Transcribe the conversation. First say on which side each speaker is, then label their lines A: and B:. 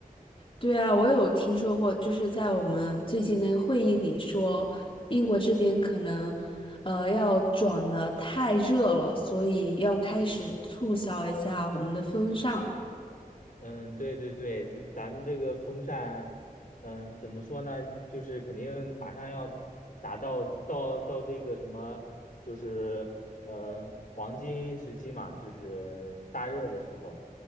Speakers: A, on the left; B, on the left.
A: 对啊，我有听说过，就是在我们最近那个会议里说，英国这边可能，呃，要转的太热了，所以要开始促销一下我们的风尚。
B: 嗯，对对对，因为咱们这个风扇，嗯，怎么说呢？就是肯定马上要达到到到这个什么，就是呃黄金时期嘛，就是大热的时候，